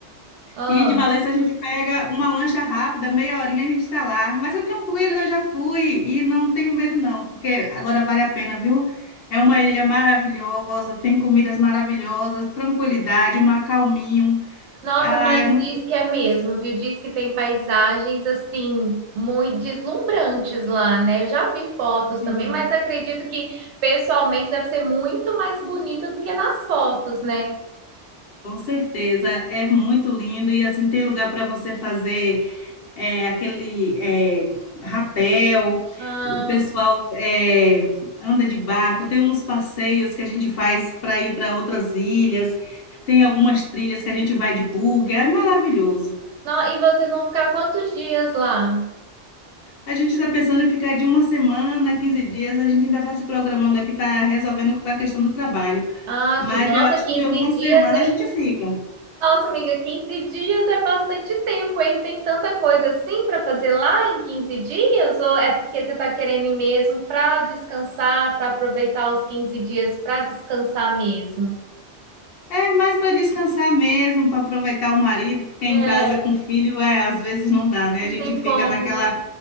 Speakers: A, on the right; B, on the left.
A: ah.
B: e de Valença a gente pega uma lancha rápida, meia horinha a gente está lá. Mas é tranquilo, eu já fui e não tenho medo não, porque agora vale a pena, viu? É uma ilha maravilhosa, tem comidas maravilhosas, tranquilidade, um acalminho.
A: Nossa,
B: Ah,
A: mas
B: é muito
A: diz
B: gostoso.
A: que é mesmo, viu? Diz que tem paisagens assim muito deslumbrantes lá, né? Eu já vi fotos
B: Sim,
A: também, mas acredito que pessoalmente deve ser muito mais bonita do que nas fotos, né?
B: com certeza. É muito lindo e assim tem lugar para você fazer é, aquele é, rapel,
A: Ah,
B: o pessoal é, anda de barco, tem uns passeios que a gente faz para ir para outras ilhas, tem algumas trilhas que a gente vai de buggy, é maravilhoso.
A: não, e vocês vão ficar quantos dias lá?
B: A gente está pensando em ficar de uma semana, 15 dias, a gente ainda está se programando aqui, está resolvendo com a questão do trabalho.
A: Ah,
B: Mas
A: sim. Nossa,
B: eu acho
A: quinze
B: que alguma
A: dias
B: semana a gente fica.
A: Nossa, amiga, 15 dias é bastante tempo, hein? Tem tanta coisa assim para fazer lá em 15 dias? Ou é porque você está querendo ir mesmo para descansar, para aproveitar os 15 dias para descansar mesmo?
B: É mais para descansar mesmo, para aproveitar o marido, porque em
A: É,
B: casa com filho, é, às vezes não dá, né?
A: não
B: A gente
A: tem
B: fica
A: como,
B: naquela
A: né?